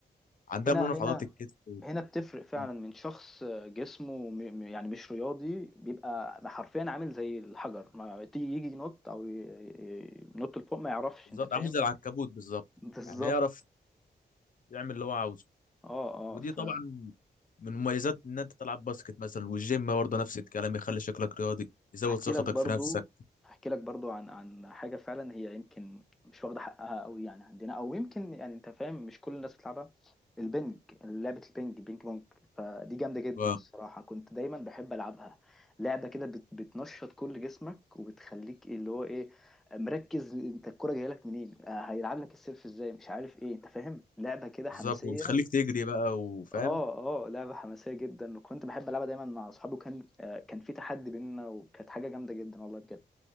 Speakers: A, on the left (about 50°); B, in the centre.
A: عندها
B: هنا
A: مرونه
B: هنا
A: في عضلات الكتف
B: هنا بتفرق
A: مم.
B: فعلا من شخص آه، جسمه م- م- يعني مش رياضي بيبقى حرفيا عامل زي الحجر ما تيجي يجي ينط او ي- ي- ينط لفوق ما يعرفش
A: بالظبط
B: انت فاهم
A: عامل زي العنكبوت بالظبط
B: بالظبط
A: يعني يعرف يعمل اللي هو عاوزه
B: اه اه
A: ودي
B: فهحكي
A: طبعا من مميزات ان انت تلعب باسكت مثلا والجيم برضه نفس الكلام يخلي شكلك رياضي يزود ثقتك
B: لك برضو
A: في نفسك
B: هحكي لك برضو عن عن حاجه فعلا هي يمكن مش واخده حقها قوي يعني عندنا او يمكن يعني انت فاهم مش كل الناس بتلعبها البنج لعبه البنج بينج بونج فدي جامده جدا
A: مم.
B: الصراحه كنت دايما بحب العبها لعبه كده بت بتنشط كل جسمك وبتخليك إيه اللي هو ايه مركز انت الكوره جايه لك منين آه، هيلعب لك السيرف ازاي مش عارف ايه انت فاهم لعبه كده حماسيه
A: بالظبط وبتخليك تجري بقى وفاهم
B: اه اه لعبة حماسية جدا وكنت بحب ألعبها دايما مع أصحابي وكان آه، كان في تحدي بيننا وكانت حاجة جامدة جدا والله بجد